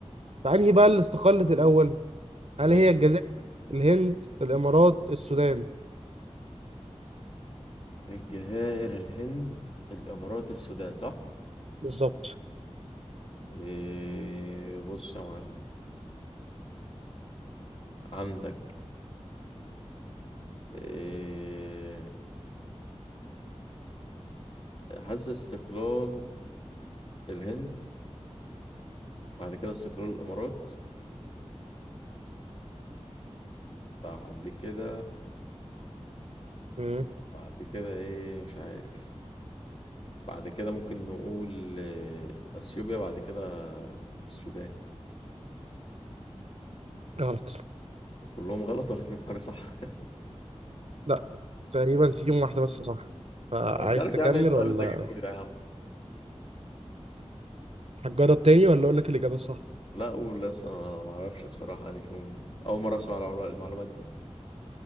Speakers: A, on the right; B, on the left.
A: فأنهي بقى اللي استقلت الأول هل
B: ماشي
A: هي الجزائر الهند الإمارات السودان
B: الجزائر الهند الامارات السودان صح
A: بالظبط
B: إيه بص يا معلم عندك إيه حاسس استقلال الهند بعد كده استقلال الامارات بعد كده
A: مم.
B: بعد كده ايه مش عارف بعد كده ممكن نقول آه، اثيوبيا بعد كده السودان
A: غلط
B: كلهم غلط ولا فيهم حاجه صح <laughs>
A: لا تقريبا فيهم واحدة بس صح فعايز
B: انا مش عارف
A: تكمل
B: يا عم ايه السؤال
A: ولا
B: اللي انت جايبه لي ده يا عم
A: هتجرب تاني ولا أقول لك الإجابة الصح
B: لا قول لسه انا ما اعرفش بصراحه يعني فيهم اول مره اسمع المعلومات المعلومات دي